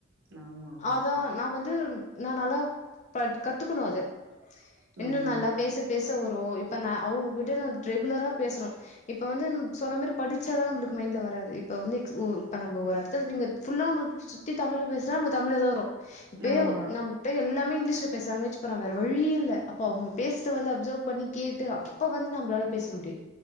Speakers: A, on the right; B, on the left.
A: ஆமாமா.
B: அதான் நான் வந்து ம் நா நல்ல பட் கத்துக்கணு அத இன்னு
A: ஆமாமா.
B: நல்லா பேச
A: ஆமா.
B: பேச வரு இப்ப நான் அவங்ககிட்டு ரெகுலரா பேசுறோ இப்ப வந்து சொன்னமாரி படிச்சாலா நமக்கு மைண்ட்ல வராது இப்ப வந்து <unintelligible> இப்ப நம்ம ஒரு இடத்துல <unintelligible> சுத்தி தமிழ்ல பேச <unintelligible> தமிழ்ல தா வரு <unintelligible>
A: ஆமா
B: இங்கிலிஷ் ல பேசலாங் <unintelligible> போறாங்க வேற வழியே இல்ல அப்போ அவங்க
A: ஆமா ம்.
B: பேசத்த வந்து அப்சர்வ் பண்ணி கேட்டு அப்ப வந்து நம்மளால பேச முடியும்